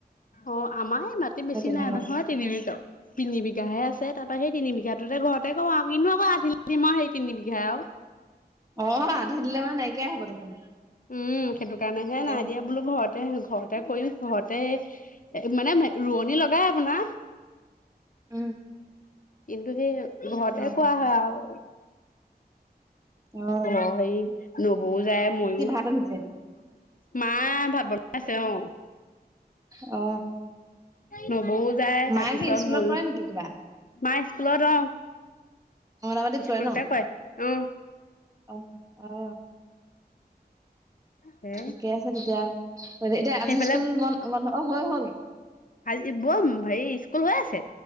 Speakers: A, on the left (about 55°); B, on the right (about 20°).
A: অঁ আমাৰ সেই মাটি বেছি
B: তেনেকুৱা
A: নাই নহয় তিনিবিঘা- তিন বিঘাহে আছে তাপা সেই তিনিবিঘাটোকে ঘৰতে কৰো কিনো আকৌ আধিলৈ দিম মই সেই তিন বিঘাই আও।
B: অঁ আধি দিলে মানে নাইকিয়াই হ'ব দেখোন।
A: উমঁ সেইটো কাৰণে
B: তাকেহে
A: হে নাই দিয়া বোলো ঘৰত। তাতে ঘৰতে কৰিম ঘৰতে এ মানে ৰোৱনী লগাই- আপোনাৰ
B: উম
A: কিন্তু সেই ঘৰতে
B: অ
A: কৰা হঁয় আও।
B: অ
A: অঁ হেৰি নবৌও যায় মইও-
B: পাগল হৈছে এইটো।
A: মা ভাত বনাইছে অ
B: অ
A: নবৌও যায়
B: মায়ে
A: তাৰপিছত
B: কি স্কুলত
A: ময়ো,
B: কৰে নেকি কিবা?
A: মাই স্কুলত অ
B: অঙ্গনাবাদিত
A: স্কুলতে
B: কৰে ন
A: অ
B: অ অ
A: হে
B: ঠিকে আছে তেতিয়া এতিয়া আজি
A: সেইফালে
B: স্কুল বন্ধ বন্ধ অ হ'ল হ'ল
A: আজি বৌ হেৰি স্কুল গৈ আছে